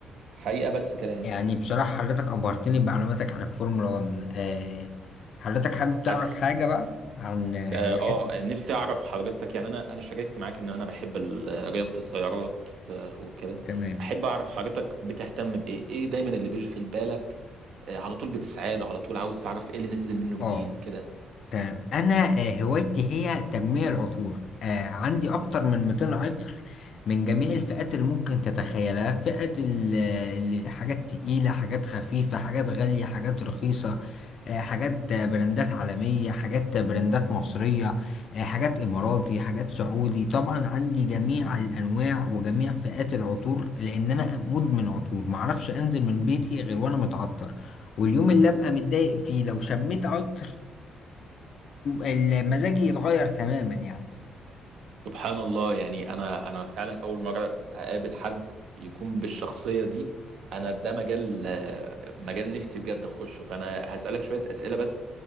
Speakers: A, on the right; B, on the left.
A: حقيقة بس كده يعني
B: يعني بصراحة حضرتك أبهرتني بمعلوماتك عن الفورمولا 1 آه، حضرتك حابب تعرف
A: أك-
B: حاجة بقى عن آه،
A: اه
B: هواياتي؟
A: آه، نفسي اعرف حضرتك يعني انا انا شاركت معاك ان انا بحب ال- رياضة السيارات آه، وكده
B: تمام
A: احب اعرف حضرتك بتهتم بايه ايه دايما اللي بيشغل بالك آه، على طول بتسعاله على طول عاوز تعرف ايه اللي نزل منه جديد
B: اه
A: كده
B: تمام انا آه، هوايتي هي تجميع العطور آه، عندي اكتر من 200 عطر من جميع الفئات اللي ممكن تتخيلها فئات ال- ال- حاجات تقيلة حاجات خفيفة حاجات غالية حاجات رخيصة آه، حاجات آه، براندات عالمية حاجات آه، براندات مصرية آه، حاجات إماراتي حاجات سعودي طبعا عندي جميع الأنواع وجميع فئات العطور لأن أنا مدمن عطور معرفش أنزل من بيتي غير وأنا متعطر واليوم اللي أبقى متضايق فيه لو شميت عطر المزاجي يتغير تماما يعني
A: سبحان الله يعني انا انا فعلا اول مره اقابل حد يكون بالشخصيه دي انا ده مجال آه، مجال نفسي بجد اخشه فانا هسالك شويه اسئله بس